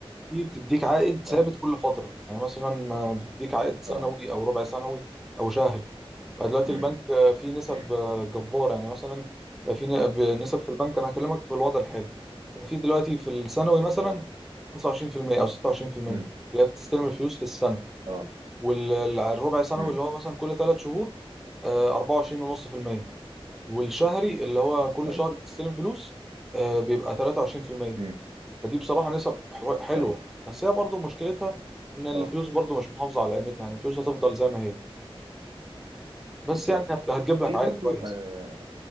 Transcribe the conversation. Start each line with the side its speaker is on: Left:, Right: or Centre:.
Centre: دي بتديك عائد ثابت
Right: ايوه
Centre: كل فتره يعني مثلا ما بتديك عائد سنوي
Right: اه
Centre: او ربع سنوي او شهري بقى دلوقتي
Right: امم
Centre: البنك آه، فيه نسب
Right: امم
Centre: آه، جباره يعني مثلا بقى في ن- نسب في البنك انا هكلمك في الوضع الحالي بقى في دلوقتي في الثانوي مثلا
Right: اه
Centre: 25% او 26%
Right: امم
Centre: اللي هي بتستلم الفلوس في السنه
Right: اه
Centre: والربع سنوي
Right: امم
Centre: اللي هو مثلا كل ثلاث شهور آه، 24.5%
Right: امم
Centre: والشهري اللي هو كل
Right: ايوه
Centre: شهر بتستلم فلوس آه، بيبقى 23%
Right: امم
Centre: فدي بصراحة نسب حو- حلوة
Right: ايوه
Centre: بس هي برضو مشكلتها ان الفلوس
Right: اه
Centre: برضو مش محافظة على قيمتها يعني الفلوس هتفضل زي ما هي بس
Right: بالظبط
Centre: يعني هت- هتجيب لك
Right: في
Centre: عائد
Right: برضو
Centre: كويس
Right: آه